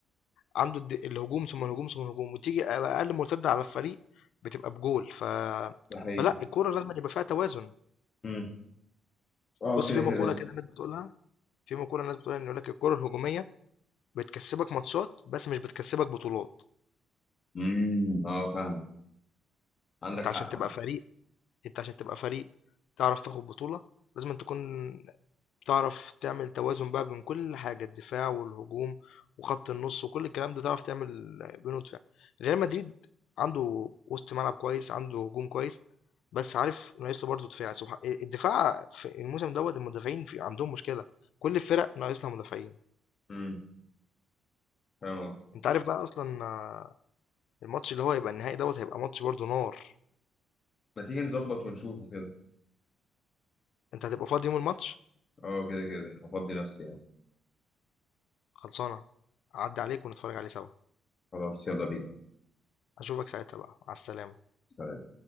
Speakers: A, on the left; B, on the left.
A: عنده الد الهجوم، ثم الهجوم، ثم الهجوم، وتيجي أ أقل مرتدة على الفريق بتبقى بجول، ف
B: ده حقيقة
A: فلأ الكورة لازمًا يبقى فيها توازن،
B: امم اه
A: بُص
B: كده
A: في مقولة
B: كده
A: كده الناس بتقولها في مقولة الناس بتقولها إن يقول لك الكورة الهجومية بتكسبك ماتشات، بس مش بتكسبك بطولات،
B: امم اه فاهم عندك
A: أنت
B: حق
A: عشان تبقى فريق أنت عشان تبقى فريق تعرف تاخد بطولة لازمًا تكون تعرف تعمل توازن بقى بين كل حاجة الدفاع والهجوم وخط النص وكل الكلام ده تعرف تعمل بينه دفاع ريال مدريد عنده وسط ملعب كويس عنده هجوم كويس بس عارف ناقص له برضه دفاع سبحان الدفاع في الموسم دوت المدافعين في عندهم مشكلة كل الفرق ناقص لها مدافعين
B: امم فاهم قصدي
A: انت عارف بقى اصلا آه، الماتش اللي هو هيبقى النهائي دوت هيبقى ماتش برضه نار
B: ما تيجي نظبط ونشوفه كده
A: انت هتبقى فاضي يوم الماتش
B: اه كده كده افضي نفسي يعني
A: خلصانة عدى عليك ونتفرج عليه سوا
B: خلاص يلا بينا
A: اشوفك ساعتها بقى على السلامة
B: سلام